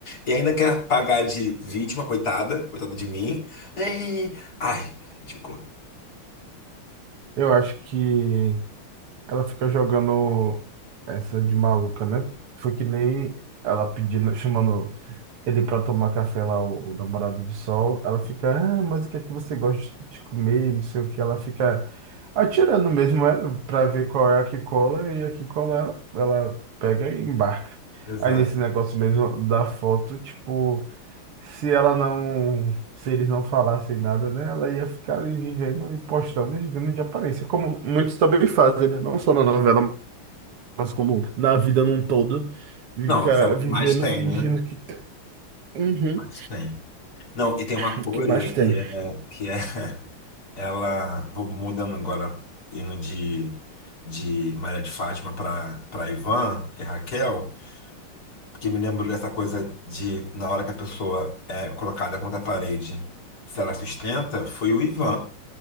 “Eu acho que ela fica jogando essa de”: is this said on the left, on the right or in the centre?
Right